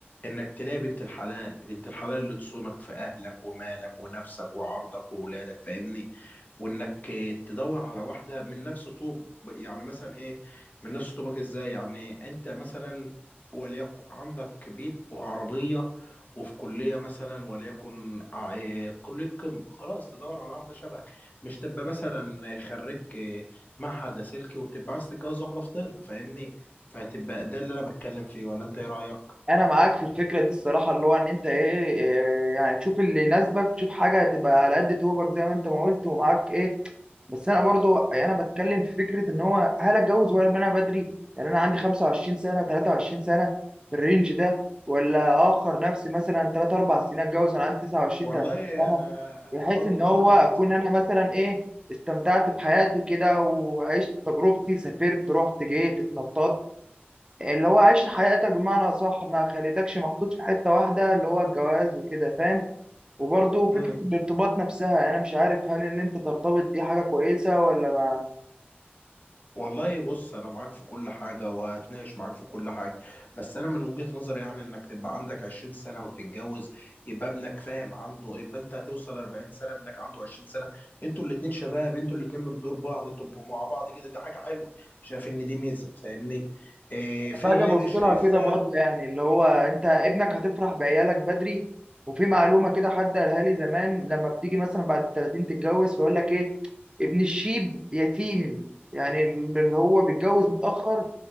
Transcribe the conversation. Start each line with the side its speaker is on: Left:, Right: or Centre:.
Left: انك تلاقي بنت الحلال بنت الحلال اللي تصونك في اهلك ومالك ونفسك وعرضك واولادك فاهمني وانك تدور على واحده من نفس طوب يعني مثلا ايه من نفس طوبك ازاي يعني انت مثلا وليكن عندك بيت وعربيه وفي كليه مثلا وليكن ع- إيه كليه قمه خلاص تدور على واحده شبهك مش تبقى مثلا خريج إيه، معهد لاسلكي وتبقى عايز تتجوز واحده في طب فاهمني فهتبقى ده اللي انا بتكلم فيه ولا انت ايه رايك
Right: انا معاك في الفكره دي الصراحه اللي هو ان انت ايه إيه، يعني تشوف اللي يناسبك تشوف حاجه تبقى على قد توبك زي ما انت ما قلت ومعاك ايه بس انا برضو يعني انا بتكلم في فكره ان هو هل اتجوز ولا انا بدري يعني انا عندي 25 سنه 23 سنه في الرينج ده ولا اخر نفسي مثلا 3 4 سنين اتجوز وانا عندي 29
Left: والله
Right: 30 سنه
Left: انا انا
Right: بحيث
Left: برضو
Right: ان
Left: من
Right: هو
Left: وجهه
Right: اكون انا مثلا ايه استمتعت بحياتي كده وعشت تجربتي سافرت رحت جيت اتنططت اللي هو عشت حياتك بمعنى صح ما خليتكش محطوط في حته واحده اللي هو الجواز وكده فاهم وبرضه فكرة
Left: نظري
Right: الارتباط نفسها يعني أنا مش عارف هل إن أنت ترتبط دي حاجة كويسة ولا ما
Left: والله بص انا معاك في كل حاجه وهتناقش معاك في كل حاجه بس انا من وجهه نظري يعني انك تبقى عندك 20 سنه وتتجوز يبقى ابنك فاهم عنده يبقى انت هتوصل 40 سنه ابنك عنده 20 سنه انتوا الاتنين شباب انتوا الاتنين من دور بعض تبقوا مع بعض كده دي حاجه حلوه شايف ان دي ميزه فاهمني إيه في
Right: باجي
Left: غيري
Right: ابص
Left: شايفها
Right: لها كده برضه يعني اللي هو انت ابنك هتفرح بعيالك بدري وفي معلومه كده حد قالها لي زمان لما بتيجي مثلا بعد ال 30 تتجوز فيقول لك ايه ابن الشيب يتيم يعني اللي هو بيتجوز متاخر